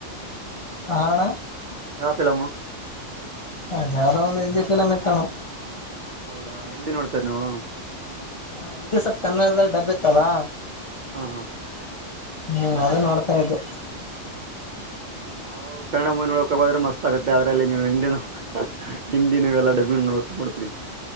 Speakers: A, on the left; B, on the right.
A: ಆ ಅಣ್ಣ
B: ಯಾವ ಫಿಲಂ
A: ಅದು ಯಾವುದು ಒಂದು ಹಿಂಡಿ ಫಿಲಂ ಇತಣ್ಣ
B: ಹೌದಾ ಹಿಂದೆ ನೋಡ್ತೇರಾ ನೀವು
A: ಹಾ ಹಿಂದಿ ಸ್ವಲ್ಪ ಕನ್ನಡದ ಡಬ್ ಇತ್ತಲ್ಲಾ
B: ಹಾ ಹಾ
A: ಹ್ಮ್ ಅದೇ ನೋಡ್ತಾ ಇದ್ದೆ
B: ನಾವು ಕನ್ನಡ ಮೂವಿ ನೋಡಕಬೋದ್ರೆ ಮಸ್ತ್ ಆಗತ್ತೆ ಅದ್ರಲ್ಲಿ ನೀವು ಹಿಂದೆನು ಹಿಂದಿನವೆ ಎಲ್ಲ ಳ್ ಡಬ್ಬಿಂಗ್ ನೋಡ ನೋಡಿದ್ರಿ